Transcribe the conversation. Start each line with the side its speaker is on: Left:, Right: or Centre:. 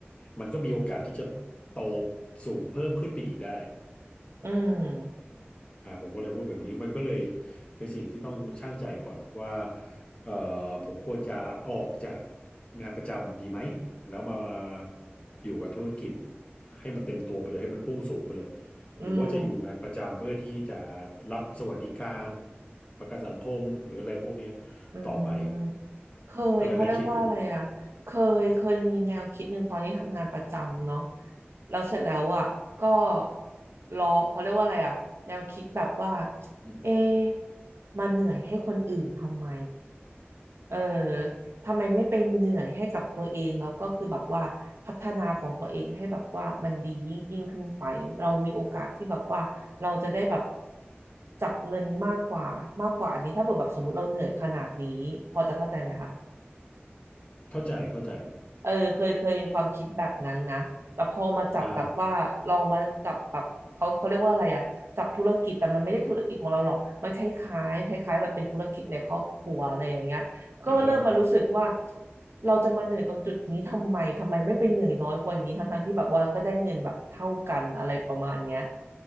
Left: มันก็มีโอกาสที่จะโตสูงเพิ่มขึ้นไปอีกได้
Right: อืม
Left: อ่าผมก็เลยพูดแบบนี้มันก็เลยเป็นสิ่งที่ต้องชั่งใจก่อนว่าเอ่อผมควรจะออกจากงานประจำดีไหมแล้วมาอยู่กับธุรกิจให้มันเต็มตัวไปเลยให้มันพุ่งสูงไปเลย
Right: อืม
Left: หรือว่าจะอยู่งานประจำเพื่อที่จะรับสวัสดิการประกันสังคมหรืออะไรพวกเนี้ย
Right: อืม
Left: ต่อไป
Right: เคยเขาเรียกว่าอะไรอ่ะ
Left: ก็เลยนั่งคิดอยู่
Right: เคยเคยมีแนวคิดหนึ่งตอนนี้ทำงานประจำเนาะแล้วเสร็จแล้วอ่ะก็รอเขาเรียกว่าอะไรอ่ะแนวคิดแบบว่า
Left: อืม
Right: เอ๊ะมาเหนื่อยให้คนอื่นทำไมเออทำไมไม่ไปเหนื่อยให้กับตัวเองแล้วก็คือแบบว่าพัฒนาของตัวเองให้แบบว่ามันดียิ่งยิ่งขึ้นไปเรามีโอกาสที่แบบว่าเราจะได้แบบจับเงินมากกว่ามากกว่าอันนี้ถ้าเกิดแบบสมมติเราเหนื่อยขนาดนี้พอจะเข้าใจไหมคะ
Left: เข้าใจเข้าใจ
Right: เออเคยเคยมีความคิดแบบนั้นนะแต่พอมาจับแบบว่าลองมาจับแบบเขาเขาเรียกว่าอะไรอะจับธุรกิจแต่มันไม่ได้ธุรกิจของเราหรอกมันคล้ายๆคล้ายๆแบบเป็นธุรกิจในครอบครัวอะไรอย่างเงี้ยก็เริ่มมารู้สึกว่า
Left: อ่าอ่าฮะ
Right: เราจะมาเหนื่อยตรงจุดนี้ทำไมทำไมไม่ไปเหนื่อยน้อยกว่านี้ทั้งๆที่แบบว่าก็ได้เงินแบบเท่ากันอะไรประมาณเนี้ย